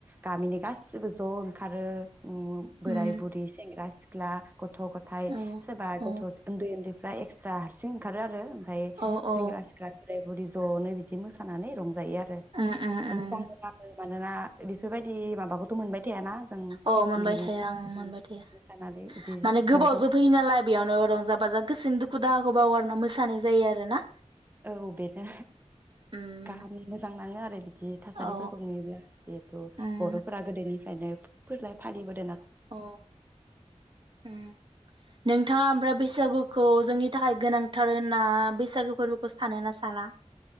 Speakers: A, on the right; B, on the right.
A: गामिनि गासिबो ज' ओंखारो उम बोराय
B: उम
A: बुरै सेंग्रा सि ख्ला गथ' गथाय
B: औ
A: सोरबा
B: औ
A: गथ' ओन्दै ओन्दै दा एक्सट्रा हारसिं ओंखारो आरो। ओमफाय
B: औ औ
A: सेंग्रा सिख्ला बोराय बुरि ज'नो बिदि मोसानानै रंज जायो आरो
B: उम उम
A: <unintelligible>
B: उम
A: मानोना बेफोरबायदि माबाखौथ' मोनबाय थायाना जों
B: औ
A: गिबि
B: मोनबाय थाया
A: मोसानानै बिदि
B: माने गोबाव
A: ज' ज'
B: जोबफैयो
A: थांनो
B: नालाय बेयावनो रंजा बाजा गोसोनि दुखु दाहाखौ बावगारनो मोसानाय जायो आरो ना
A: औ बेनो
B: उम
A: गाहामनि मोजां नाङो आरो बिदि थासारिफोरखौ
B: औ
A: नुयोब्ला जिहेथु
B: उम
A: बर'फोरा गोदोनि फ्रायनो बोरलाय फालिबो
B: अ उम नोंथाङा ओमफ्राय बैसागुखौ जोंनि थाखाय गोनांथार होनना बैसागो फोरबोखौ सानो ना साना